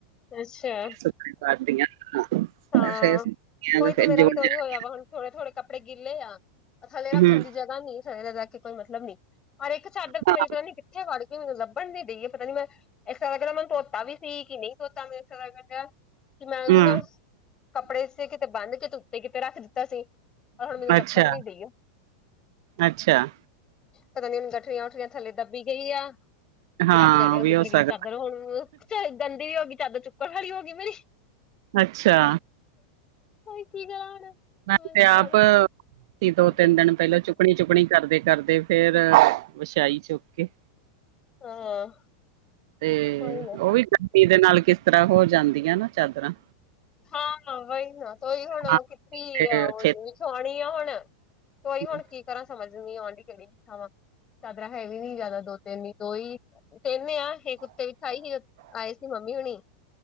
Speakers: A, on the left (about 25°); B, on the right (about 50°).
A: ਅੱਛਾ
B: ਸੁ ਪਾਦੀਆਂ <unintelligible>
A: ਹਾਂ
B: ਅੱਜ ਫਿਰ ਸੁਖੀਆ,
A: ਉਹੀ
B: ਫਿਰ
A: ਤੇ ਮੇਰਾ
B: ਜੋੜ-ਜਾੜ
A: ਵੀ ਤਾਂ ਉਹੀ
B: ਕੇ
A: ਹੋਇਆ ਵਾ
B: ਰੱਖ?
A: ਹੁਣ ਥੋੜੇ -ਥੋੜੇ ਕੱਪੜੇ ਗਿਲੇ ਆ। ਥੱਲੇ ਰੱਖਣ
B: ਹੂੰ
A: ਦੀ ਜਗ੍ਹਾ ਨਹੀਂ। ਥੱਲੇ ਰੱਖ ਕੇ ਕੋਈ ਮਤਲਬ ਨਹੀ। ਪਰ ਇੱਕ ਚਾਦਰ ਤੇ
B: ਹਾਂ
A: ਮੇਰੀ ਪਤਾ ਨੀ ਕਿੱਥੇ ਵੜ ਗਈਏ, ਮੈਨੂੰ ਲੱਭਣ ਨ ਦੇਈਏ ਪਤਾ ਨੀ ਮੈਂ? ਇਸ ਤਰ੍ਹਾਂ ਲਗ ਰਿਹਾ, ਮੈਨੂੰ ਧੋਤਾ ਵੀ ਸੀ। ਕਿ ਨਹੀਂ ਧੋਤਾ, ਮੈਨੂ ਇਸ ਤਰ੍ਹਾਂ ਲਗਦਾ ਪਾਇਆ, ਕਿ ਮੈਂ ਉਹਨੂੰ
B: ਹੂੰ
A: ਨਾ? ਕੱਪੜੇ ਇਸ ਤੇ, ਕਿਤੇ ਬੰਨ ਕੇ ਉੱਤੇ- ਕਿਤੇ ਰੱਖ ਦਿੱਤਾ ਸੀ। ਪਰ ਹੁਣ ਮੈਨੂੰ ਲੱਭਣ
B: ਅੱਛਾ
A: ਨਹੀਂ ਰਹੀ ਓ।
B: ਅੱਛਾ
A: ਪਤਾ ਨੀ, ਹੁਣ ਗਠਣੀਆਂ- ਗੂੱਠਣੀਆਂ ਥੱਲੇ ਦੱਬੀ ਗਈ ਆ। ਕਿ
B: ਹਾਂ
A: ਰੱਬ ਜਾਣੇ, ਉਹ
B: ਵੀ
A: ਕਿੱਧਰ
B: ਹੋ
A: ਗਈ
B: ਸਕਦਾ
A: ਚਾਦਰ ਹੁਣ, ਗੰਦੀ ਵੀ ਹੋ ਗਈ। ਚਾਦਰ ਚੁੱਕਣ ਵਾਲੀ ਹੋ, ਗਈ ਮੇਰੀ।
B: ਅੱਛਾ!
A: ਓ ਕੀ ਕਰਾ ਹੁਣ? ਸਮਝ
B: ਮੈਂ ਤੇ
A: ਨੀ
B: ਆਪ
A: ਆ
B: ਸੀ ਦੋ,
A: ਰਹੀ
B: ਤਿੰਨ ਦਿਨ ਪਹਿਲਾਂ ਚੁੱਕ ਚੁਪਣੀ -ਚੁਪਣੀ, ਕਰਦੇ -ਕਰਦੇ ਫੇਰ ਵਛਾਈ ਚੁੱਕ ਕੇ।
A: ਹਾਂ
B: ਤੇ
A: ਕੋਈ ਨਾ
B: ਉਹ ਵੀ? ਕਿਦੇ ਨਾਲ ਕਿਸ ਤਰ੍ਹਾਂ, ਹੋ ਜਾਂਦੀਆਂ ਨਾ ਚਾਦਰਾਂ।
A: ਹਾਂ। ਵਹੀ ਨਾ ਤੁਈ ਹੁਣ
B: ਹਾਂ
A: ਕਿੱਥੇ
B: ਤੇ
A: ਆ ਉਹ
B: ਛੇਤੀ
A: ਵਸ਼ਸਾਉਣੀ ਆ ਹੁਣ <unintelligible> ਓਈ ਹੁਣ
B: ਹੂੰ
A: ਕੀ ਕਰਾਂ, ਸਮਝ ਨਹੀਂ ਆਉਣ ਦੀ ਕਿੰਨੀ ਕੁ ਖਾਵਾ? ਚਾਦਰਾ ਹੈ ਵੀ ਨਹੀਂ ਜ਼ਿਆਦਾ। ਦੋ -ਤਿੰਨ ਹੀ ਦੋ ਹੀ ਕਹਿੰਨੇ ਆ। ਇਹ ਓਤੇ ਵਿਛਾਹੀ ਹੈ। ਆਏ ਸੀ ਮੰਮੀ ਹੋਣੀ